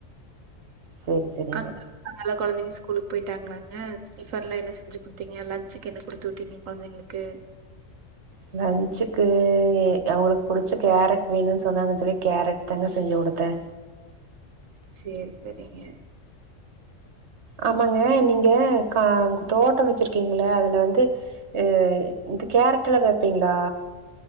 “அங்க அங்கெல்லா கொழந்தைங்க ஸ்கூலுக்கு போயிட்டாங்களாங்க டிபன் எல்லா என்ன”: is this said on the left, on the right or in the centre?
Right